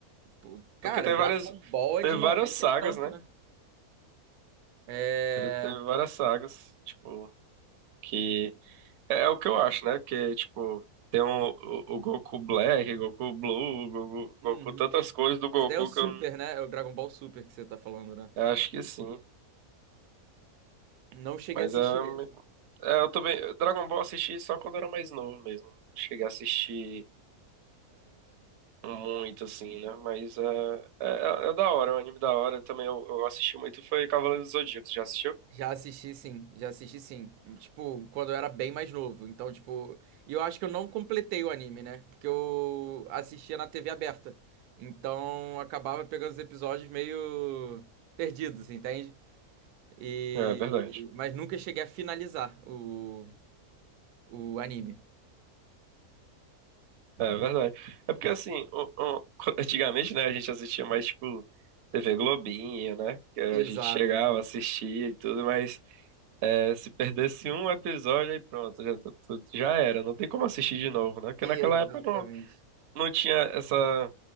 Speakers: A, on the right (about 85°); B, on the right (about 60°).
A: Pô, Cara,
B: Porque tem
A: Dragon
B: várias,
A: Ball é
B: teve
A: de 90
B: várias sagas,
A: e tanto,
B: né?
A: né? É.
B: Ele teve várias sagas, tipo, que é, é o que eu acho, né? Porque, tipo, tem um, o, o Goku Black, Goku Blue, o Goku, Goku,
A: Uhum.
B: tantas
A: Esse,
B: cores do Goku
A: esse daí é o Super,
B: que eu não-
A: né? É o Dragon Ball Super que você tá falando, né?
B: eu acho que sim.
A: Não cheguei
B: Mas
A: a assistir
B: ah,
A: esse.
B: é, eu também. Dragon Ball eu assisti só quando eu era mais novo mesmo. Cheguei a assistir muito, assim, né? Mas é, é, é é da hora, é um anime da hora. Também eu, eu assisti muito, foi Cavaleiro do Zodíaco. Já assistiu?
A: Já assisti, sim. Já assisti, sim. Tipo, quando eu era bem mais novo. Então, tipo. E eu acho que eu não completei o anime, né? Porque eu assistia na TV aberta. Então, acabava pegando os episódios meio perdidos, entende? E...
B: É verdade.
A: Mas nunca cheguei a finalizar o, o anime.
B: É verdade. É porque assim, o- o- <laughs> antigamente, né, a gente assistia mais tipo TV Globinho, né? Que a
A: Exato,
B: gente chegava,
A: exato.
B: assistia e tudo, mas é, se perdesse um episódio aí pronto, já, tu- tu- já era. Não tem como assistir de novo, né? Porque
A: Exatamente.
B: naquela época não, não tinha essa.